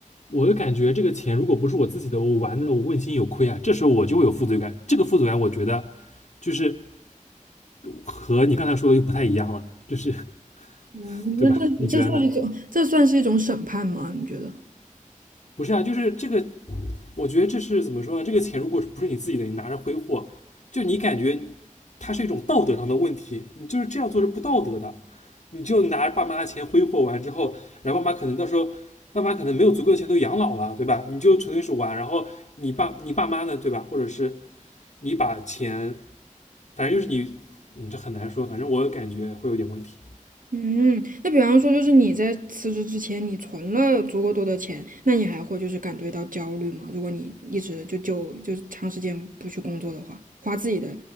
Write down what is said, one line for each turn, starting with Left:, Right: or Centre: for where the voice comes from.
Left: 我就感觉这个钱如果不是我自己的，我玩的我问心有愧啊，这时候我就会有负罪感。这个负罪感，我觉得就是和你刚才说的又不太一样了，就是
Right: 嗯，
Left: <laughs> 对吧？
Right: 那这这算一种，
Left: 你觉得呢？
Right: 这算是一种审判吗？你觉得？
Left: 不是啊，就是这个我觉得这是怎么说呢？这个钱如果不是你自己的，你拿着挥霍，就你感觉它是一种道德上的问题，你就是这样做是不道德的。你就拿着爸妈的钱挥霍完之后，然后爸妈可能到时候，爸妈可能没有足够的钱都养老了，对吧？你就纯粹是玩，然后你爸你爸妈呢，对吧？或者是你把钱，反正就是你，嗯，这很难说，反正我感觉会有点问题。
Right: 嗯，那比方说，就是你在辞职之前，你存了足够多的钱，那你还会就是感觉到焦虑吗？如果你一直就就就长时间不去工作的话，花自己的